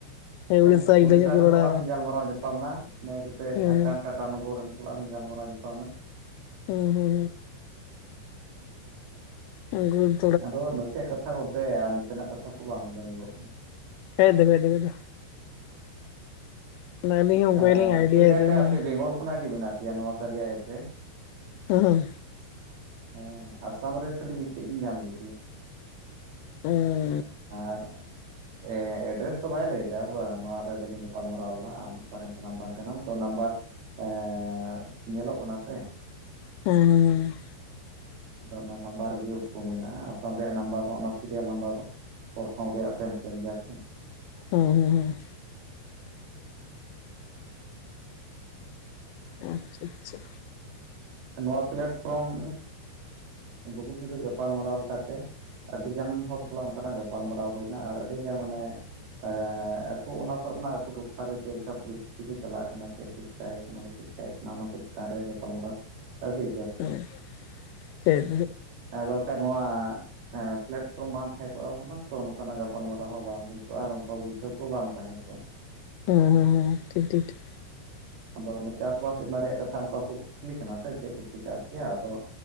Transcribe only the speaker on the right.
ᱮᱸ ᱩᱲᱤᱥᱟ
ᱨᱮᱱ
ᱥᱟᱞᱟᱜ ᱦᱚᱧ ᱜᱟᱞᱢᱟᱨᱟᱣ ᱧᱟᱯᱟᱢ ᱮᱱᱟ ᱤᱱᱟᱹ ᱠᱟᱛᱮᱜ
ᱡᱷᱟᱲᱠᱷᱚᱸᱰ ᱴᱟ ᱛᱟᱞ ᱱᱚᱜᱚᱨ ᱨᱮᱱ ᱥᱟᱞᱟᱜ ᱦᱚᱸᱧ ᱜᱟᱞᱢᱟᱨᱟᱣ ᱧᱟᱯᱟᱢ ᱱᱟ᱾
ᱟᱫᱚ ᱱᱟᱥᱮ ᱠᱟᱛᱷᱟ ᱦᱚᱸ ᱚᱱᱛᱮ ᱟᱨ ᱱᱚᱛᱮᱱᱟᱜ ᱠᱟᱛᱷᱟ ᱠᱚ ᱵᱟᱝ ᱢᱤᱞᱟᱹᱣ ᱧᱚᱜᱚᱜ ᱠᱟᱱᱟ᱾
ᱟᱨ
ᱴᱷᱤᱠᱟᱹ
ᱠᱟᱭᱛᱮ
ᱟᱯᱮ ᱵᱮᱝᱜᱚᱞ ᱠᱷᱚᱱᱟᱜ ᱜᱮ ᱢᱮᱱᱟᱜ ᱯᱮᱭᱟ ᱱᱚᱣᱟ ᱠᱟᱨᱭᱟ ᱮᱯ ᱨᱮ᱾
ᱦᱮᱸ ᱟᱥᱟᱢ ᱨᱮ ᱠᱷᱟᱹᱞᱤ ᱢᱤᱫᱴᱮᱡ ᱜᱤ ᱧᱟᱢ ᱞᱮᱫᱮᱭᱟ᱾
ᱟᱨ ᱮᱸ ᱮᱰᱨᱮᱥ ᱫᱚ ᱵᱟᱭ ᱞᱟᱹᱭᱫᱟ ᱵᱟᱝ ᱱᱚᱣᱟ ᱨᱮ ᱜᱮ ᱞᱤᱧ ᱜᱟᱯᱟᱞ ᱢᱟᱨᱟᱣ ᱞᱮᱱᱟ ᱟᱢ ᱚᱠᱟ ᱨᱮᱱ ᱠᱟᱱᱟᱢ ᱵᱟᱝ ᱠᱟᱱᱟᱢ ᱛᱚ ᱱᱟᱢᱵᱟᱨ᱾ ᱮᱸᱻ ᱧᱮᱞᱚᱜ ᱠᱟᱱᱟ ᱯᱮ?
ᱟᱫᱚ ᱚᱱᱟ ᱱᱟᱢᱵᱟᱨ ᱜᱮ ᱛᱚ ᱢᱮᱱᱟᱜᱼᱟ ᱜᱚᱢᱠᱮ ᱱᱟᱢᱵᱟᱨ ᱚᱱᱟ ᱥᱤᱨᱤᱭᱟᱞ ᱱᱟᱢᱵᱟᱨ ᱯᱚᱨᱛᱷᱚᱢ ᱨᱮᱭᱟᱜ ᱥᱮᱢ ᱥᱮᱢ ᱜᱮᱭᱟ ᱥᱮ
ᱱᱚᱣᱟ ᱯᱞᱮᱴᱯᱷᱚᱨᱚᱢ ᱮᱸ ᱵᱩᱜᱤᱴᱤᱨᱮ ᱜᱟᱯᱟᱞᱢᱟᱨᱟᱣ ᱞᱮᱠᱟᱛᱮ ᱟᱹᱰᱤ ᱜᱟᱱ ᱦᱚᱲ ᱥᱟᱞᱟᱜ ᱚᱱᱠᱟᱱᱟᱜ ᱜᱟᱯᱟᱞ ᱢᱟᱨᱟᱣ ᱦᱩᱭᱱᱟ ᱟᱨ ᱟᱹᱰᱤᱜᱟᱱ ᱢᱟᱱᱮ᱾ ᱟ ᱟᱠᱚ ᱚᱱᱟ ᱠᱚᱨᱮᱱᱟᱜ ᱟᱠᱚ ᱴᱚᱴᱷᱟ ᱨᱮ ᱪᱮᱫ ᱞᱮᱠᱟ ᱯᱚᱨᱤᱥᱛᱷᱤᱛᱤ ᱪᱟᱞᱟᱜ ᱠᱟᱱᱟ ᱪᱮᱫ ᱠᱚ ᱪᱮᱠᱟᱭᱮ ᱠᱟᱱᱟ ᱵᱟᱠᱚ ᱪᱮᱠᱟᱭᱮ ᱠᱟᱱᱟ ᱮᱠ ᱱᱟ ᱱᱩᱠᱩ ᱪᱮᱛᱟᱱ ᱨᱮ ᱜᱟᱯᱟᱞ ᱢᱟᱨᱟᱣ ᱟᱹᱰᱤ ᱡᱟᱹᱥᱛᱤ
ᱟᱨ ᱵᱟᱠᱷᱟᱜ ᱱᱚᱭᱟ᱾ ᱦᱮᱸ ᱯᱞᱟᱴᱯᱷᱚᱨᱚᱢ ᱵᱟᱝ ᱛᱟᱦᱮᱸ ᱠᱚᱜᱼᱟ ᱦᱩᱱᱟᱝ ᱛᱚ ᱱᱚᱝᱠᱟᱱ ᱟᱜ ᱜᱟᱯᱟᱞ ᱢᱟᱨᱟᱣ ᱦᱚᱸ ᱵᱟᱝ ᱦᱩᱭ ᱠᱚᱜᱼᱟ ᱟᱨ ᱚᱱᱠᱟ ᱵᱩᱡᱷᱟᱹᱣ ᱠᱚ ᱵᱟᱝ ᱛᱟᱦᱮᱸ ᱠᱚᱜᱼᱟ᱾
ᱟᱫᱚ ᱚᱱᱟ ᱪᱟᱥ ᱵᱟᱥ ᱚᱱᱟ ᱨᱮᱭᱟᱜ ᱠᱟᱛᱷᱟ ᱚᱱᱠᱟ ᱠᱚ ᱠᱩᱠᱞᱤ ᱠᱟᱱᱟ ᱥᱮ ᱪᱮᱫ ᱠᱚ ᱯᱮ ᱪᱟᱥ ᱜᱮᱭᱟ ᱟᱫᱚ᱾